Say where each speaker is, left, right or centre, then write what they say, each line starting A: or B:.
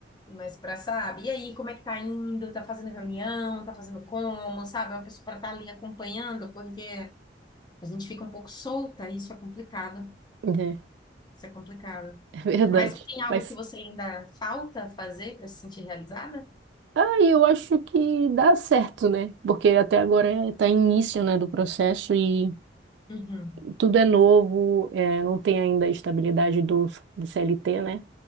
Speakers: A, on the left; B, on the right.
A: mas para, sabe? E aí, como é que tá indo? Tá fazendo reunião? Tá fazendo como? Sabe? É Uma pessoa para estar ali acompanhando, porque a gente fica um pouco solta, isso é complicado.
B: É,
A: Isso é complicado.
B: <laughs> é verdade.
A: Mas tem algo
B: Mas
A: que você ainda falta fazer para se sentir realizada?
B: Ah, e eu acho que dá certo, né? Porque até agora está início, né, do processo e
A: Uhum.
B: tudo é novo, é, não tem ainda a estabilidade do, do CLT, né?